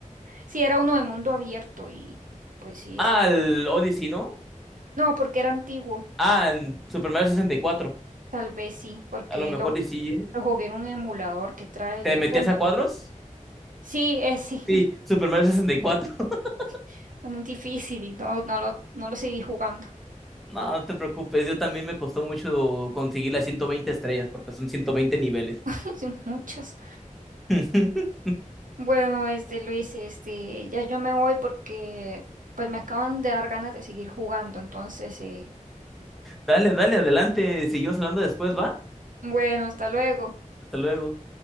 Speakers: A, on the right; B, in the centre.
A: sí era uno de mundo abierto y pues
B: <laughs>
A: sí,
B: Al
A: sí.
B: Odyssey, ¿no?
A: No, porque era antiguo.
B: Al Super Mario sesenta y cuatro,
A: Tal vez sí, porque
B: A lo mejor
A: lo,
B: y sí, ¿eh?
A: lo jugué en un emulador que trae el
B: ¿Te
A: Nintendo.
B: metías a cuadros?
A: Sí, es sí,
B: Sí, Super Mario 64. <laughs>
A: <laughs> es muy difícil y no, no lo, no lo seguí jugando.
B: No, no te preocupes, yo también me costó mucho conseguir las 120 estrellas porque son 120 niveles.
A: <laughs> Son muchos.
B: <laughs>
A: Bueno, este Luis, este, ya yo me voy porque pues me acaban de dar ganas de seguir jugando. Entonces, eh,
B: Dale, dale, adelante. Seguimos hablando después, ¿va?
A: bueno, hasta luego.
B: Hasta luego.